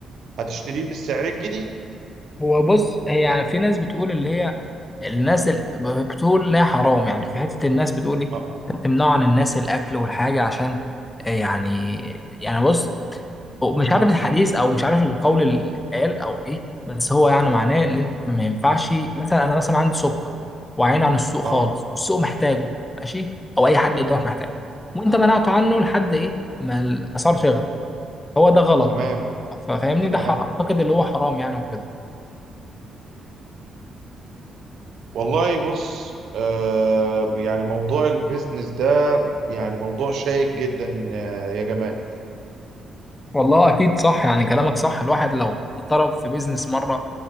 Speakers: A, on the right; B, on the left.
A: هتشتريه بالسعر الجديد
B: هو بص هي في ناس بتقول اللي هي الناس ال- بتقول لا حرام يعني في حتة الناس بتقول ايه
A: اه
B: بتمنعوا عن الناس الاكل والحاجة عشان آه، يعني يعني بص مش
A: امم
B: عارف الحديث او مش عارف القول اللي اتقال او ايه بس هو يعني معناه ان انت ما ينفعش مثلا انا مثلا عندي سكر وعين عن السوق
A: اه
B: خالص والسوق محتاجه ماشي او اي حد قدامك محتاجه وانت منعته عنه لحد ايه ما الاسعار تغلى هو ده غلط
A: تمام
B: ففاهمني
A: تمام
B: ده حر- اعتقد اللي هو حرام يعني وكده
A: والله بص آه يعني موضوع البيزنس ده يعني موضوع شائك جدا آه، يا جماعة
B: والله اكيد صح يعني كلامك صح الواحد لو ضرب في بيزنس مره